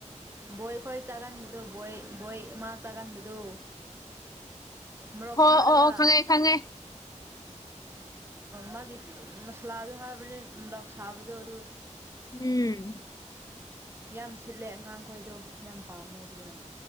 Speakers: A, on the right; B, on the left.
A: ꯕꯣꯏ ꯈꯈꯣꯏ ꯆꯥꯒꯟꯕꯗꯨ ꯕꯣꯏ ꯕꯣꯏ ꯃꯥ ꯆꯥꯒꯟꯕꯗꯨ ꯃꯣꯔꯣꯛ
B: ꯍꯣ
A: ꯁꯥꯔꯒ
B: ꯑꯣ ꯑꯣ ꯈꯪꯉꯦ ꯈꯪꯉꯦ
A: ꯃꯥꯒꯤ ꯃꯁꯂꯥꯗꯣ ꯍꯥꯏꯕꯅꯤ ꯔꯥꯛ ꯁꯥꯕꯗꯣ ꯑꯗꯨ
B: ꯎꯝ
A: ꯌꯥꯝ ꯁꯤꯠꯂꯦ ꯑꯉꯥꯡꯈꯣꯏꯗꯣ ꯌꯥꯝ ꯄꯥꯝꯃꯦ ꯑꯗꯨꯅ